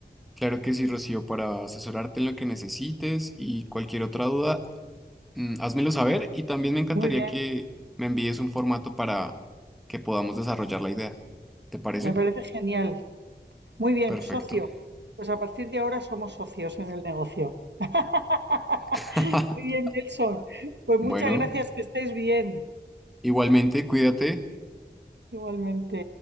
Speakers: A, in the centre; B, on the right.
A: claro que sí, Rocío, para asesorarte en lo que necesites y cualquier otra duda, mm, házmelo saber y también me encantaría
B: Muy bien,
A: que me envíes un formato para que podamos desarrollar la idea. ¿Te parece?
B: me parece genial. Muy bien,
A: Perfecto.
B: socio. Pues a partir de ahora somos socios en el negocio. <laughs>
A: <laughs>
B: Muy bien, Nelson. Pues muchas
A: Bueno,
B: gracias, que estés bien.
A: igualmente, cuídate.
B: Igualmente.